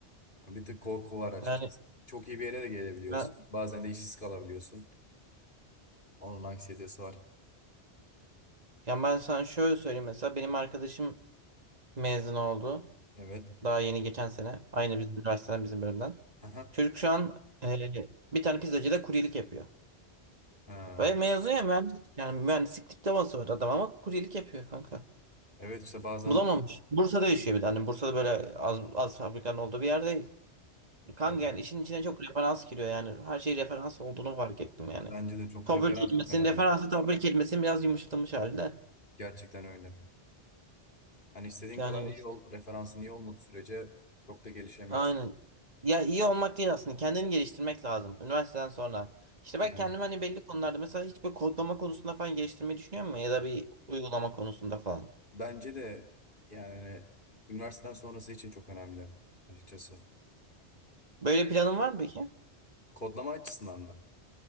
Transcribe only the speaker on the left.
hani, bir tık korku var açıkçası.
Çok iyi bir yere de gelebiliyorsun.
Bazen de işsiz kalabiliyorsun. Onun anksiyetesi var.
Evet.
Aha.
Ha.
Evet işte bazen
e,
bence de çok
referans
çok önemli.
Gerçekten öyle. Hani istediğin
kadar iyi ol, referansın iyi olmadığı sürece çok da gelişemiyorsun.
Yani
bence de yani üniversiteden sonrası için çok önemli açıkçası.
Kodlama açısından mı?